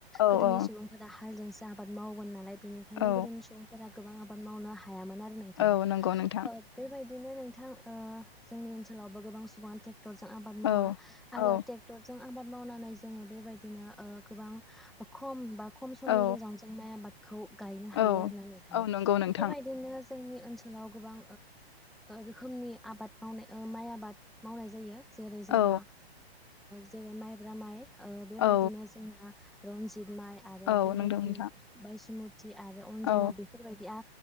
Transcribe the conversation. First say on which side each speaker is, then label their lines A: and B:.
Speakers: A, on the left (about 25°); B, in the centre.
A: औ
B: गोदोनि
A: औ
B: सुबुंफोरा हालजोंसो आबाद मावोमोन नालाय बेनिखायनो
A: औ
B: गोदोनि सुबुंफोरा गोबां आबाद मावनो हायामोन आरो नोंथां
A: औ नंगौ नोंथां
B: बेबाय बिदिनो नोंथां जोंनि ओनसोलावबो गोबां सुबुङानो टेक ट्रेक्टर जों आबाद मावो
A: औ
B: आरो
A: औ
B: ट्रेक्टरजों आबाद मावनानै जोंङो बेबायदिनो गोबां खमबा खम समनि
A: औ
B: गेजेरावनो जों माइ आबाद खौ गायनो हायो
A: औ
B: आरोना नोंथाङा
A: औ नंगौ नोंथां
B: बेबायदिनो जोंनि ओनसोलाव गोबां रोखोमनि आबाद मावनाय माइ आबाद मावनाय जायो। जेरै जोंना
A: औ
B: जेरै माइब्रा माइ। बेबायदिनो
A: औ
B: जोंना रन्जित माइ आरो
A: औ
B: बेबायदिनो
A: नंगौ नोंथां
B: बायसुमुथि थि आरो अनजना
A: औ
B: बेफोरबायदि आ